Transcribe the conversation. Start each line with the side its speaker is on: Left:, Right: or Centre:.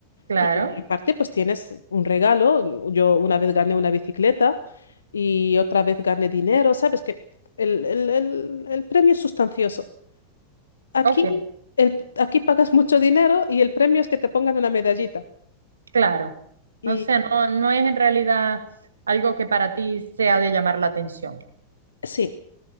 Right: claro.
Left: y aparte pues tienes un regalo, yo una vez gané una bicicleta y otra vez gané dinero, sabes que el el- el- el premio es sustancioso. Aquí,
Right: Ok,
Left: el, aquí pagas mucho dinero y el premio es que te pongan una medallita.
Right: claro.
Left: Y
Right: O sea, no, no es en realidad algo que para ti sea de llamar la atención.
Left: sí,